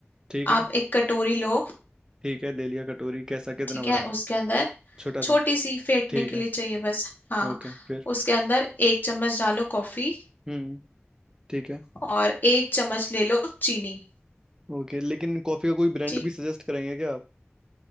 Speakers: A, on the right (about 20°); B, on the left (about 45°).
A: ठीक है
B: आप एक कटोरी लो
A: ठीक है ले लिया कटोरी कैसा कितना
B: ठीक
A: बड़ा
B: है उसके अंदर
A: छोटा
B: छोटी
A: सा
B: सी फेंटने
A: ठीक
B: के
A: है
B: लिए चाहिए बस हाँ
A: ओके फिर
B: उसके अंदर एक चम्मच डालो कॉफी
A: हम्म ठीक है
B: और एक चम्मच ले लो चीनी
A: ओके लेकिन कॉफी का कोई ब्रांड
B: ठीक
A: भी सजेस्ट करेंगे क्या आप